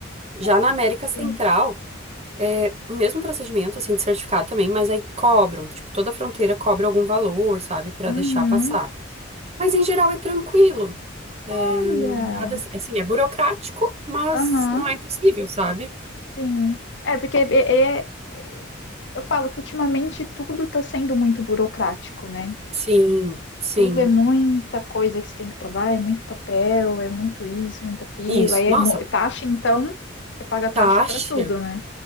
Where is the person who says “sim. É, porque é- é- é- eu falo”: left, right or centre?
Left